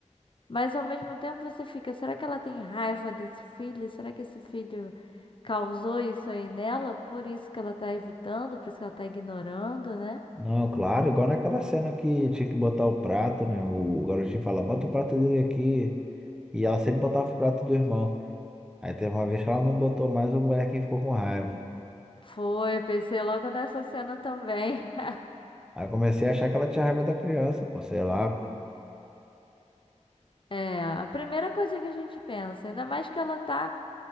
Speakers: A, on the left (about 45°); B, in the centre.
A: Mas ao mesmo tempo você fica, será que ela tem raiva desse filho? Será que esse filho causou isso aí nela? Por isso que ela tá evitando, por isso que ela tá ignorando, né?
B: Não, claro, igual naquela cena que tinha que botar o prato, né? O garotinho fala, bota o prato dele aqui. E ela sempre botava o prato do irmão. Aí teve uma vez que ela não botou mais, o molequinho ficou com raiva.
A: Foi, pensei logo nessa cena também. <laughs>
B: Aí eu comecei a achar que ela tinha raiva da criança, pô, sei lá.
A: É, a primeira coisa que a gente pensa, ainda mais que ela tá